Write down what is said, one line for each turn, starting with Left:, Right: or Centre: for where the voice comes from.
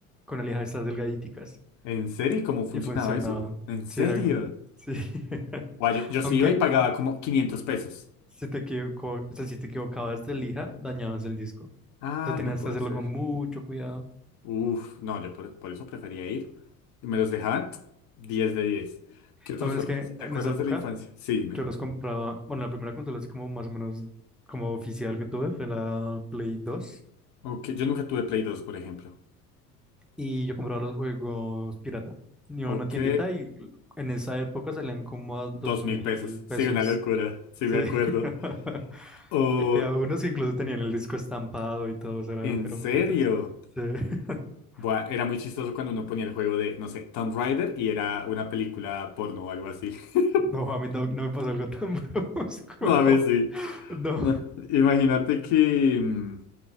Centre: con una lija de estas delgadíticas
Left: ¿En serio? ¿Y ¿Cómo funcionaba
Centre: y funcionaba.
Left: eso? ¿En serio?
Centre: Sí, era, sí. <laughs>
Left: Guau, yo, yo sí
Centre: Aunque
Left: iba y pagaba como quinientos pesos.
Centre: si te equivoco, o sea, si te equivocabas de lija, dañabas el disco. O
Left: Ah,
Centre: sea, tenías
Left: no puede
Centre: que hacerlo
Left: ser.
Centre: con mucho cuidado.
Left: Uf, no, yo por, por eso prefería ir. Y me los dejaban <tsk> diez de diez ¿Qué otros
Centre: También
Left: juegos?
Centre: es que
Left: así ¿Te
Centre: en
Left: acuerdas
Centre: esa época
Left: de la infancia? Sí, dime.
Centre: yo los compraba, bueno, la primera consola así como más o menos como oficial que tuve fue la Play dos
Left: Ok, yo nunca tuve Play dos por ejemplo.
Centre: y yo compraba los juegos pirata. Iba
Left: Ok.
Centre: a una tiendita y en esa época salían como a dos
Left: Dos
Centre: mil
Left: mil pesos. Sí,
Centre: pesos.
Left: una locura. Sí,
Centre: Sí.
Left: me acuerdo.
Centre: <laughs>
Left: O,
Centre: Y Había unos que incluso tenían el disco estampado y todos era,
Left: ¿en
Centre: eran
Left: serio?
Centre: bonitos. Sí. <laughs>
Left: Buah, era muy chistoso cuando uno ponía el juego de, no sé, Tomb Raider y era una película porno o algo así. <laughs>
Centre: No, a mí no, no me pasó algo tan <laughs> brusco.
Left: No, a ver, sí.
Centre: No.
Left: No, imagínate que, mm,